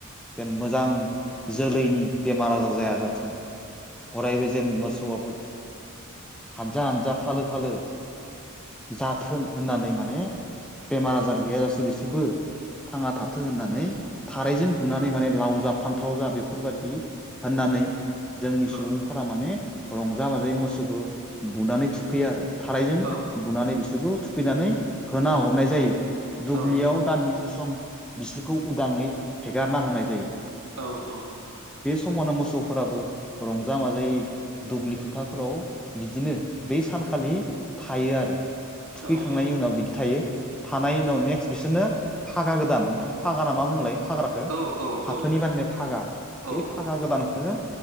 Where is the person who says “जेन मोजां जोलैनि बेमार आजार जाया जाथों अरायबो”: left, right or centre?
Centre